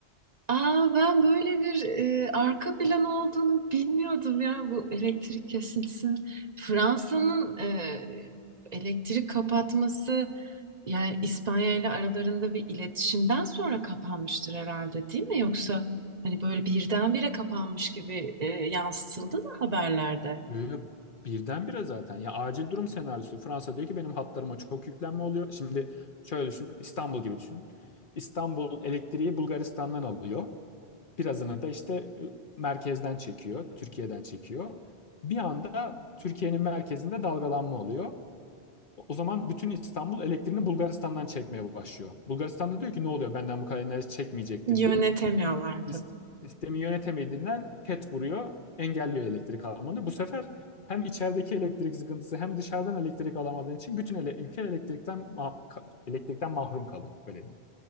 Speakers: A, on the right; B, on the left.
A: Aa ben böyle bir e, arka plan olduğunu bilmiyordum ya bu elektrik kesintisinin. Fransa'nın e, elektrik kapatması yani İspanya ile aralarında bir iletişimden sonra kapanmıştır herhalde değil mi? Yoksa hani böyle birdenbire kapanmış gibi e, yansıtıldı da haberlerde.
B: Yo, yo, Birdenbire zaten. Ya acil durum senaryosu. Fransa diyor ki benim hatlarıma çok yüklenme oluyor. Şimdi şöyle düşün, İstanbul gibi düşün. İstanbul elektriği Bulgaristan'dan alıyor. Birazını da işte e, merkezden çekiyor, Türkiye'den çekiyor. Bir anda Türkiye'nin merkezinde dalgalanma oluyor. O zaman bütün İstanbul elektriğini Bulgaristan'dan çekmeye başlıyor. Bulgaristan'da diyor ki ne oluyor benden bu kadar enerji çekmeyecektin
A: Yönetemiyorlar
B: deyip
A: tabii.
B: sis- sistemi yönetemediğinden ket vuruyor, engelliyor elektrik almanı. Bu sefer hem içerideki elektrik sıkıntısı hem dışarıdan elektrik alamadığın için bütün ele- ülke elektrikten ma- ka- elektrikten mahrum kalıyor öyle diyeyim.